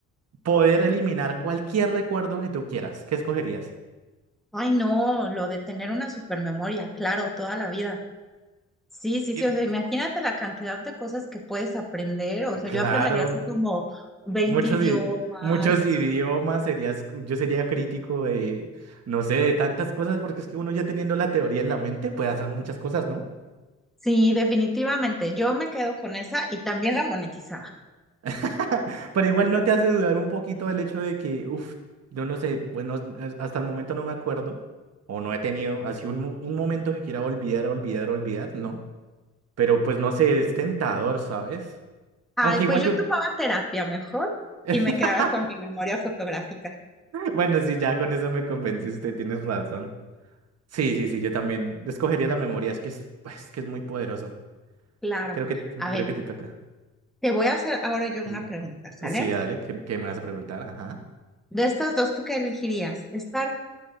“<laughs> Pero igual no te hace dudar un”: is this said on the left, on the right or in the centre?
Right